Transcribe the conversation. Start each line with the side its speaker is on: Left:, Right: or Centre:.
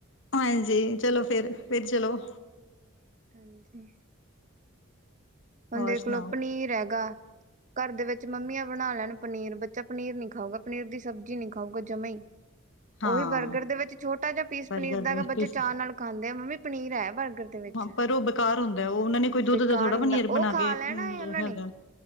Left: ਹਾਂਜੀ, ਚਲੋ ਫਿਰ-ਫਿਰ ਚਲੋ।
Right: ਹਾਂਜੀ। ਹੁਣ
Left: ਹੋਰ
Right: ਦੇਖ
Left: ਸੁਣਾਓ
Right: ਲੋਂ ਪਨੀਰ ਹੈਗਾ। ਘਰ ਦੇ ਵਿੱਚ ਮੰਮੀ ਏ ਬਣਾ ਲੈਣਾ ਪਨੀਰ ਬੱਚਾ ਪਨੀਰ ਨੀ ਖਾਊਗਾ ਪਨੀਰ ਦੀ ਸਬਜ਼ੀ ਨਹੀਂ ਖਾਊਗਾ ਜਮਾ ਹੀ। <unintelligible>
Left: ਹਾਂ
Right: ਉਹੀ ਬਰਗਰ ਦੇ ਵਿੱਚ ਛੋਟਾ ਜਿਹਾ ਪੀਸ
Left: ਬਰਗਰ
Right: ਪਨੀਰ ਦਾ,
Left: ਦੇ
Right: ਬੱਚੇ
Left: ਪੀਸ
Right: ਚਾਅ ਨਾਲ ਖਾਂਦੇ ਆ ਮੰਮੀ ਪਨੀਰ ਹੈ ਬਰਗਰ ਦੇ ਵਿੱਚ
Left: ਹਾਂ, ਪਰ ਉ ਬੇਕਾਰ ਹੁੰਦਾ ਹੈ ਉਹਨਾਂ ਨੇ ਕੋਈ ਦੁੱਧ
Right: ਬੇਕਾਰ
Left: ਦਾ ਥੋੜ੍ਹਾ
Right: ਹੁੰਦਾ
Left: ਪਨੀਰ
Right: ਉਹ
Left: ਬਣਾ
Right: ਖਾ
Left: ਕੇ ਰਖਿਆ
Right: ਲੈਣਾ ਏ ਉਹਨਾਂ ਨੇ
Left: ਹੁੰਦਾ